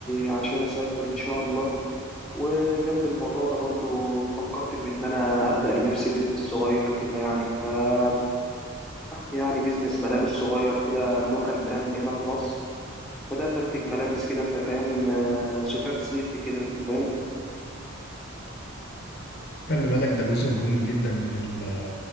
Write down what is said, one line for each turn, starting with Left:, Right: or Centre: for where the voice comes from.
Centre: عشان أسافر إن شاء الله وجنب الموضوع ده برضو فكرت في إن أنا أبدأ لنفسي بيزنس صغير كده يعني ففتحت يعني بيزنس ملابس صغير كده لوكال براند هنا في مصر بدأت أنتج ملابس كده أنت فاهم آه، ستات صيفي كده أنت فاهم
Left: خلي بالك ده جزء مهم جدا من ال